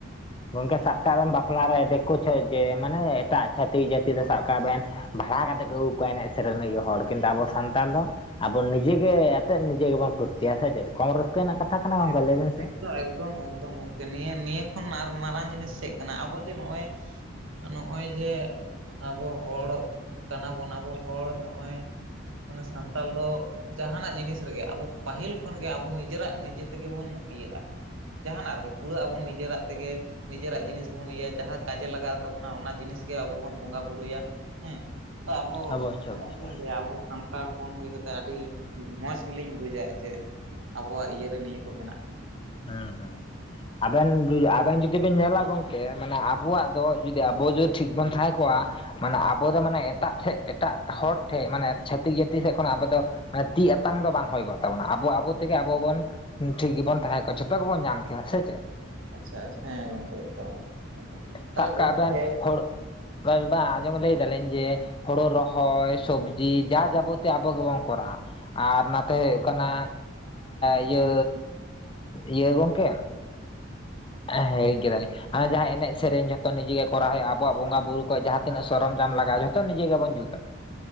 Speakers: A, on the left; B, on the right.
A: ᱜᱚᱝᱠᱮ ᱥᱟᱵ ᱠᱟᱜ ᱵᱮᱱ ᱵᱟᱯᱞᱟ ᱨᱮ ᱫᱤᱠᱩ ᱪᱮ ᱡᱮ ᱢᱟᱱᱮ ᱮᱴᱟᱜ ᱪᱷᱟᱛᱤᱠ ᱡᱟᱹᱛᱤ ᱨᱮ ᱥᱟᱵ ᱠᱟᱜ ᱵᱮᱱ ᱵᱷᱟᱲᱟ ᱠᱟᱛᱮ ᱠᱚ ᱟᱹᱜᱩ ᱠᱚᱣᱟ ᱮᱱᱮᱡ ᱥᱮᱨᱮᱧ ᱦᱚᱲ ᱠᱤᱱᱛᱩ ᱟᱵᱚ ᱥᱟᱱᱛᱟᱲ ᱫᱚ ᱟᱵᱚ ᱱᱤᱡᱮ ᱜᱮ ᱮᱛᱮᱫ ᱱᱤᱡᱮ ᱜᱮᱵᱚᱱ ᱯᱷᱩᱨᱛᱤᱭᱟ ᱥᱮ ᱪᱮᱫ ᱠᱚᱢ ᱨᱟᱹᱥᱠᱟᱹ ᱨᱮᱱᱟᱜ ᱠᱟᱛᱷᱟ ᱠᱟᱱᱟ ᱜᱚᱝᱠᱮ
B: ᱮᱠᱫᱚᱢ
A: ᱞᱟᱹᱭ ᱵᱮᱱᱥᱮ
B: ᱮᱠᱫᱚᱢ
A: ᱾
B: ᱮᱠᱫᱚᱢ ᱮᱠᱫᱚᱢ ᱜᱚᱢᱠᱮ ᱱᱤᱭᱟᱹ ᱱᱤᱭᱟᱹ ᱠᱷᱚᱱ ᱟᱨ ᱢᱟᱨᱟᱝ ᱡᱤᱱᱤᱥ ᱪᱮᱫ ᱠᱟᱱᱟ ᱟᱵᱚ ᱡᱮ ᱱᱚᱜᱼᱚᱭ ᱾ ᱱᱚᱜᱼᱚᱭ ᱡᱮ ᱟᱵᱚ ᱦᱚᱲ ᱠᱟᱱᱟ ᱵᱚᱱ ᱟᱵᱚ ᱦᱚᱲ ᱱᱚᱜᱼᱚᱭ, ᱢᱟᱱᱮ ᱥᱟᱱᱛᱟᱲ ᱫᱚ ᱡᱟᱦᱟᱱᱟᱜ ᱡᱤᱱᱤᱥ ᱨᱮᱜᱮ ᱟᱵᱚ ᱯᱟᱹᱦᱤᱞ ᱠᱷᱚᱱ ᱜᱮ ᱟᱵᱚ ᱱᱤᱡᱮᱨᱟᱜ ᱱᱤᱡᱮᱛᱮ ᱛᱮᱜᱮ ᱵᱚᱱ ᱤᱭᱟᱹᱜᱼᱟ ᱡᱟᱦᱟᱱᱟᱜ ᱨᱮᱜᱮ ᱠᱩᱲᱟᱹᱜ ᱟᱵᱚᱱ ᱱᱤᱡᱮᱨᱟᱜ ᱛᱮᱜᱮ ᱾ ᱱᱤᱡᱮᱨᱟᱜ ᱡᱤᱱᱤᱥ ᱵᱚᱱ ᱤᱭᱟᱹ ᱡᱟᱦᱟᱸ ᱠᱟᱡᱮ ᱞᱟᱜᱟᱣ ᱛᱟᱵᱚᱱᱟ ᱚᱱᱟ ᱡᱤᱱᱤᱥ ᱜᱮ ᱟᱵᱚ ᱵᱚᱱ ᱵᱚᱸᱜᱟ ᱵᱩᱨᱩᱭᱟ ᱦᱮᱸ ᱾ ᱛᱚ ᱟᱵᱚ
A: ᱚᱵᱚᱥᱥᱳᱭ
B: ᱢᱚᱡ ᱚᱱᱟ
A: ᱚᱵᱚᱥᱥᱳᱭ
B: ᱜᱮᱛᱚᱧ ᱞᱟᱹᱭᱟ ᱟᱵᱚ ᱥᱟᱱᱛᱟᱲ ᱦᱚᱯᱚᱱ ᱦᱩᱭ ᱠᱟᱛᱮ ᱟᱹᱰᱤ ᱢᱚᱸᱡᱽ ᱜᱮ ᱞᱤᱧ ᱵᱩᱡᱟ ᱡᱮ ᱟᱵᱚᱣᱟᱜ ᱤᱭᱟᱹᱨᱮ ᱱᱤᱭᱟᱹ ᱠᱚ ᱢᱮᱱᱟᱜᱼᱟ ᱾
A: ᱦᱮᱸ ᱦᱮᱸ ᱾ ᱟᱵᱮᱱ ᱟᱵᱮᱱ ᱡᱩᱫᱤ ᱵᱮᱱ ᱧᱮᱞᱟ ᱜᱚᱝᱠᱮ ᱢᱟᱱᱮ ᱟᱵᱚᱣᱟᱜ ᱫᱚ ᱡᱩᱫᱤ ᱟᱵᱚ ᱡᱩᱫᱤ ᱴᱷᱤᱠ ᱵᱚᱱ ᱛᱟᱦᱮᱸ ᱠᱚᱜᱼᱟ ᱢᱟᱱᱮ ᱟᱵᱚ ᱫᱚ ᱢᱟᱱᱮ ᱮᱴᱟᱜ ᱴᱷᱮᱡ ᱮᱴᱟᱜ ᱦᱚᱲ ᱴᱷᱮᱡ ᱢᱟᱱᱮ ᱪᱷᱟᱹᱛᱤᱠ ᱡᱟᱹᱛᱤ ᱥᱮᱫ ᱠᱷᱚᱱᱟᱜ ᱟᱵᱟ ᱫᱚ, ᱢᱟᱱᱮ ᱛᱤ ᱟᱛᱟᱝ ᱫᱚ ᱵᱟᱝ ᱦᱩᱭ ᱠᱚᱜ ᱛᱟᱵᱚᱱᱟ ᱟᱵᱚ ᱟᱵᱚ ᱛᱮᱜᱮ ᱟᱵᱚ ᱵᱚᱱ ᱴᱷᱤᱠ ᱜᱮᱵᱚᱱ ᱛᱟᱦᱮᱸ ᱡᱷᱚᱛᱚ ᱜᱮᱵᱚᱱ ᱧᱟᱢ ᱠᱮᱭᱟ ᱥᱮ ᱪᱮᱫ?
B: ᱟᱪᱪᱷᱟ ᱦᱮᱸ ᱜᱚᱢᱠᱮ ᱮᱠᱫᱚᱢ ᱮᱠᱫᱚᱢ ᱛᱟᱦᱚᱞᱮ
A: ᱥᱟᱵ ᱠᱟᱜ
B: ᱜᱚᱝᱠᱮ
A: ᱵᱮᱱ ᱦᱚᱲ ᱵᱟᱝ ᱵᱟ ᱟᱡᱚᱢ ᱞᱟᱹᱭ ᱫᱟᱞᱤᱧ ᱡᱮ, ᱦᱳᱲᱳ ᱨᱚᱦᱚᱭ ᱥᱚᱵᱡᱤ ᱡᱟ ᱡᱟᱵᱚᱛᱤᱭ ᱟᱵᱚ ᱜᱮᱵᱚᱱ ᱠᱚᱨᱟᱣᱼᱟ ᱾ ᱟᱨ ᱱᱟᱛᱮ ᱦᱩᱭᱩᱜ ᱠᱟᱱᱟ ᱤᱭᱟᱹ ᱤᱭᱟᱹ ᱜᱚᱝᱠᱮ, ᱦᱮᱸ ᱦᱤᱲᱤᱧ ᱠᱮᱫᱟ ᱞᱤᱧ ᱦᱟᱱᱮ ᱡᱟᱦᱟᱸ ᱮᱱᱮᱡ ᱥᱮᱨᱮᱧ ᱡᱷᱚᱛᱚ ᱱᱤᱡᱮ ᱜᱮ ᱠᱚᱨᱟᱣ ᱦᱩᱭᱩᱜᱼᱟ ᱟᱵᱚᱣᱟᱜ ᱵᱚᱸᱜᱟ ᱵᱩᱨᱩ ᱠᱚᱣᱟᱜ ᱡᱟᱦᱟᱸ ᱛᱤᱱᱟᱹᱜ ᱥᱚᱨᱚᱢ ᱫᱟᱢ ᱞᱟᱜᱟᱜᱼᱟ ᱡᱚᱛᱚ ᱱᱤᱡᱮ ᱜᱮᱵᱚᱱ ᱡᱩᱛᱟ ᱾